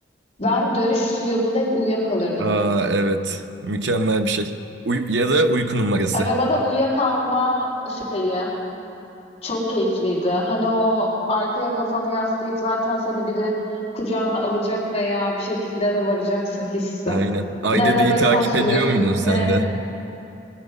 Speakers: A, on the left; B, on the right.
A: ben dönüş yolunda hep uyuyakalırdım.
B: Aa evet. Mükemmel bir şey. Uy- ya da uyku numarası.
A: Arabada uyuyakalma şeyi çok keyifliydi. Hani o arkaya kafanı yaslayıp zaten seni biri kucağına alacak veya bir şekilde eve varacaksın hissi.
B: Aynen. Ay
A: Ne arabayı
B: dedeyi takip
A: sen sürüyorsun
B: ediyor muydun sen
A: ne
B: de?